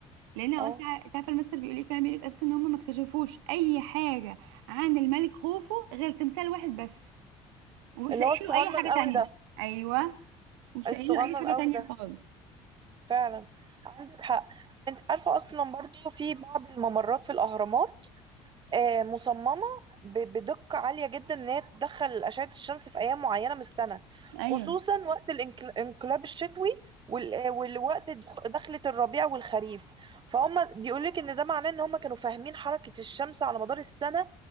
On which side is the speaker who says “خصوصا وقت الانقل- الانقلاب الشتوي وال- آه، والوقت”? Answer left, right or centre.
Right